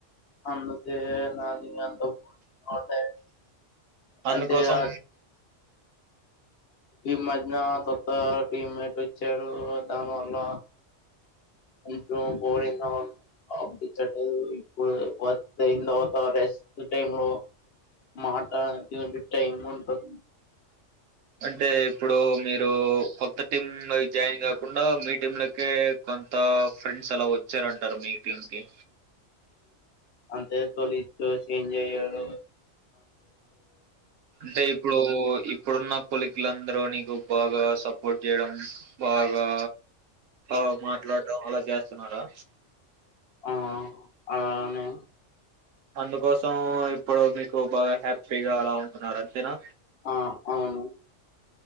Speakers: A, on the left; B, on the right.
A: అందుకే నాకు అంత బోరింగ్ గా అవుతాయి
B: అందుకోసం
A: అంటే ఆ ఈ మధ్య కొత్త టీమ్మేట్ వచ్చారు దానివల్ల కొంచెం బోరింగా అనిపించట్లేదు. ఇప్పుడు వర్క్ అయిన తర్వాత రెస్ట్ టైం లో మాట్డానికి టైం ఉంటుంది.
B: అంటే ఇప్పుడు మీరు కొత్త టీం జాయిన్ కాకుండా మీ టీమ్ లోకే కొంత ఫ్రెండ్స్ అలా వచ్చారంటారు మీ టీం కి.
A: అంటే తోలిగ్స్ చేంజ్ అయారు.
B: అంటే ఇప్పుడు ఇప్పుడున్న కొలికులందరూ నీకు బాగా సపోర్ట్ చేయడం, బాగా ఆ మాట్లాడం అలా చేస్ తున్నారా.
A: ఆ అలానే
B: అందుకోసం ఇప్పుడు మీకు బాగా హ్యాపీగా అలా ఉంటున్నారు అంతేనా
A: ఆ అవును